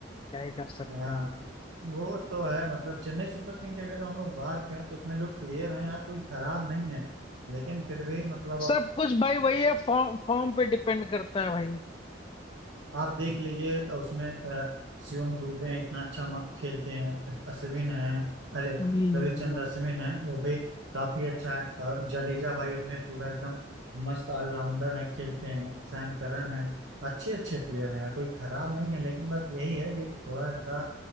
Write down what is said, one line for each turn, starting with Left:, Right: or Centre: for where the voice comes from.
Left: क्या ही कर सकते
Right: हाँ,
Left: हैं
Right: वो तो है मतलब चेन्नई सुपर किंग की अगर जो हम लोग बात करें तो उसमें जो प्लेयर हैं यार कोई खराब नहीं है लेकिन फिर भी मतलब
Left: सब
Right: अब
Left: कुछ भाई वही है फॉर्म फॉर्म पे डिपेंड करता है भाई
Right: आप देख लीजिए अ, उसमें अ, सियोन दुबे हैं इतना अच्छा मा- खेलते हैं अश्विन हैं अरे
Left: हम्म
Right: रविचंद्र
Left: हम्म, हम्म।
Right: अश्विन हैं वो भी काफी अच्छा है अ, जडेजा भाई अपने पूरा एकदम मस्त ऑलराउंडर है खेलते हैं सैम करन है अच्छे अच्छे प्लेयर हैं कोई खराब नहीं है लेकिन बस यही है कि थोड़ा सा